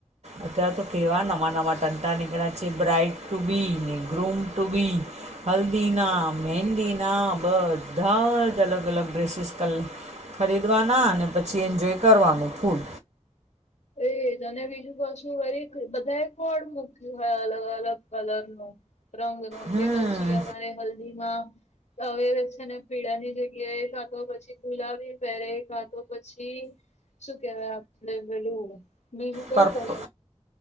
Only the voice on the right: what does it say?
અત્યારે તો કેવા નવા નવા ટંટા નીકળ્યા છે bride to beam to be હલ્દીના મહેંદીના બધા જ અલગ અલગ ડ્રેસીસ કર ખરીદવાના અને પછી એન્જોય કરવાનું ફૂલ
હમ
પર્પ